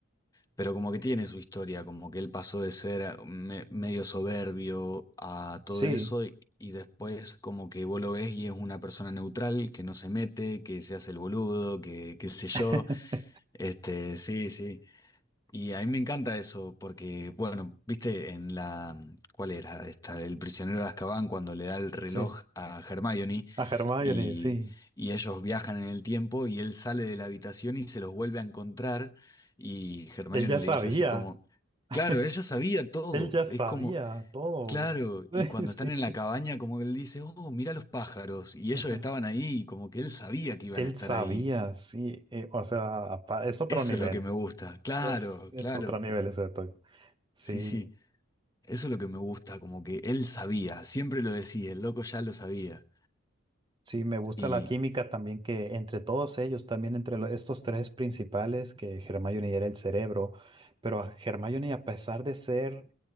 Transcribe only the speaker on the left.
pero como que tiene su historia, como que él pasó de ser eh, me- medio soberbio a
todo eso y, y después como que vos lo ves y es una persona neutral, que no se mete, que se hace el boludo, que qué sé yo.
Este, sí, sí. Y a mí me encanta eso, porque, bueno, viste en la, ¿cuál era? Esta, El prisionero de Azkaban, cuando le da el reloj
a Hermione
y,
y ellos viajan en el tiempo y él sale de la habitación y se los vuelve a encontrar y Hermione
le
dice así como,
claro, ella sabía todo,
es como,
claro,
y cuando
están en la cabaña como que él dice, oh, mira los pájaros, y
ellos estaban ahí, como que él sabía que iban
a estar
ahí.
Eso
es lo que me gusta, claro,
claro,
sí, sí. Eso es lo que me gusta, como que él sabía, siempre lo decía, el loco ya lo sabía.
Y